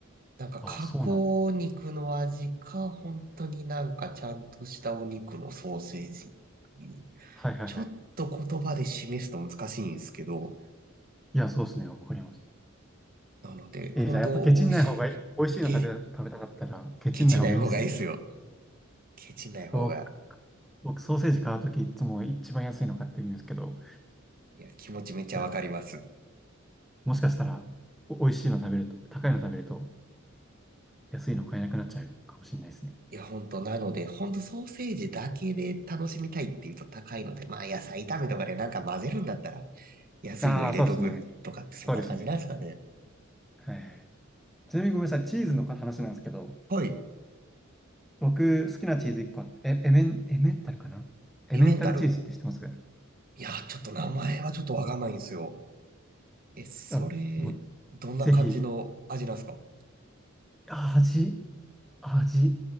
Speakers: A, on the right; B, in the centre.
A: なんか加工肉の味か、
B: ああ、そうなんだ。
A: 本当になんかちゃんとしたお肉のソーセージっていう。
B: はいはいはい。
A: ちょっと言葉で示すと難しいんですけど、
B: いや、そうですね。わかります。
A: なので、本当美味しい。
B: えーじゃあやっぱケチんない方がいい。美味しいの食べ、
A: け、
B: 食べたかったら、ケチんない方がいいんですね。
A: ケチない方がいいですよ。ケチない方が。
B: 僕、僕ソーセージ買うときいつも一番安いの買ってるんですけど、こ
A: いや、気持ちめっちゃわかります。
B: ちら。もしかしたら、お、美味しいの食べると、高いの食べると、安いの買えなくなっちゃうかもしれないですね。
A: いや、本当なので、本当ソーセージだけで楽しみたいっていうと高いので、まあ野菜炒めとかでなんか混ぜるんだったら、安いの入れとくとかってそんな感じなんですかね。
B: ああ、そうですね。そうですね。はい。ちなみにごめんなさい、チーズの話なんですけど、
A: はい。
B: 僕好きなチーズ1個あって、えエメン、エメンタルかなエメンタルチーズって知ってますか
A: エメンタル。いや、ちょっと名前はちょっとわかんないんですよ。え、それ、
B: あ、もう、
A: どんな感じの味なんですか
B: ぜひ、味、味。